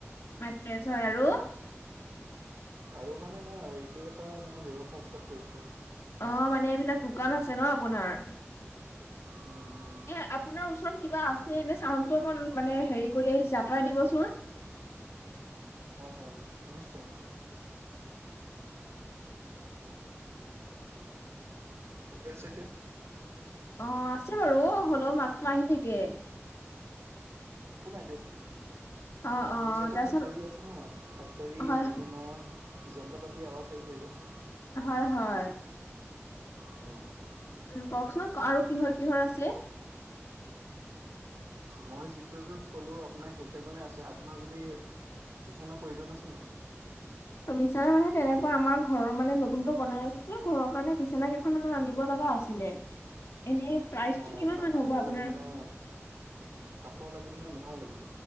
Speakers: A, on the left (about 70°); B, on the right (about 85°).
A: মেট্ৰেছ হয় আৰু?
B: আৰু মানে নাই আৰু একেটা মানে ব্যৱসায় ষ্টাৰ্ট কৰিছোঁ।
A: অ', মানে এইবিলাক দোকান আছে ন আপোনাৰ?
B: উম, উম।
A: এ আপোনাৰ ওচৰত কিবা আছে নে চাউণ্ডটো অকণ মানে হেৰি কৰি আহিছে, আঁতৰাই দিবচোন।
B: হয়, হয়, নিশ্চয়। ঠিকে আছে এতিয়া
A: অ আছে বাৰু হলেও মাততো আহি থাকে
B: একো নাই দিয়ক
A: অ', অ',
B: মোৰ যিহেতু
A: তাৰপিছত
B: ফেক্টৰী আছে ন ফেক্টৰ
A: হয়
B: বিভিন্ন যন্ত্ৰ পাতি আৱাজ আহি থাকে ক
A: হয়, হয়।
B: অ'।
A: উম, কওকচোন আৰু কিহৰ-কিহৰ আছে?
B: মই যিকেইজন ক'লোঁ আপোনাৰ সেইকেইজনে আছে আপোনাৰ যদি বিচনাৰ প্ৰয়োজন আছে নেকি?
A: অ বিছনা মানে তেনেকুৱা আমাৰ ঘৰৰ মানে নতুনকৈ বনাই আছো যে ঘৰৰ কাৰণে বিছনা কেইখনমান মানে আনিব লগা আছিলে <unintelligible> এনেই প্ৰাইচটো
B: হয়
A: কিমান
B: আপোনাক
A: মান
B: কাঠৰ
A: হ'ব আপোনাৰ
B: লাগিব নে কাঠৰ লাগিব নে লোহাৰ লাগিব?